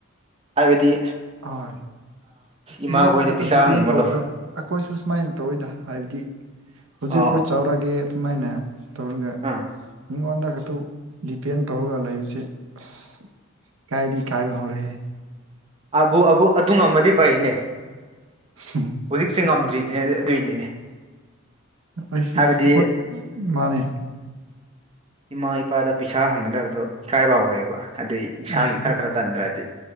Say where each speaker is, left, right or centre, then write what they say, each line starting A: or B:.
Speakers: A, on the right (about 30°); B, on the right (about 80°).
A: ꯍꯥꯏꯕꯗꯤ
B: ꯍꯣꯏ
A: ꯏꯃꯥꯈꯣꯏꯗ
B: ꯃꯤꯉꯣꯟꯗ ꯈꯛꯇ
A: ꯄꯩꯁꯥ
B: ꯗꯤꯄꯦꯟ
A: ꯍꯪꯕꯗꯣ
B: ꯇꯧꯕꯗꯣ ꯑꯩꯈꯣꯏꯁꯨ ꯁꯨꯃꯥꯏꯅ ꯇꯧꯏꯗ ꯍꯥꯏꯕꯗꯤ ꯍꯧꯖꯤꯛ
A: ꯑꯣ
B: ꯑꯩꯈꯣꯏ ꯆꯥꯎꯔꯒꯦ ꯑꯗꯨꯃꯥꯏꯅ ꯇꯧꯔꯒ
A: ꯑꯥ
B: ꯃꯤꯉꯣꯟꯗ ꯈꯛꯇ ꯗꯤꯄꯦꯟ ꯇꯧꯔꯒ ꯂꯩꯕꯁꯦ ꯑꯁ ꯏꯀꯥꯏꯗꯤ ꯏꯀꯥꯏꯕ ꯍꯧꯔꯦꯍꯦ
A: <unintelligible> ꯑꯗꯨ ꯉꯝꯃꯗꯤ ꯐꯩꯅꯦ
B: <inaudible>
A: ꯍꯧꯖꯤꯛꯁꯦ ꯉꯝꯗ꯭ꯔꯤꯗꯨꯅꯦ ꯑꯗꯨꯏꯅꯤꯅꯦ
B: ꯑꯩꯁꯨ
A: ꯍꯥꯏꯕꯗꯤ
B: ꯑꯩꯈꯣꯏ ꯃꯥꯥꯟꯅꯦ
A: ꯏꯃꯥ ꯏꯄꯥꯗ ꯄꯩꯁꯥ ꯍꯪꯒꯗꯕꯗꯣ ꯏꯀꯥꯏꯕ ꯍꯧꯔꯦꯕ ꯑꯗꯨꯏ ꯏꯁꯥꯒꯤ
B: ꯑꯁ
A: ꯈꯔ
B: ꯑꯩ
A: ꯈꯔ ꯇꯟꯗ꯭ꯔꯗꯤ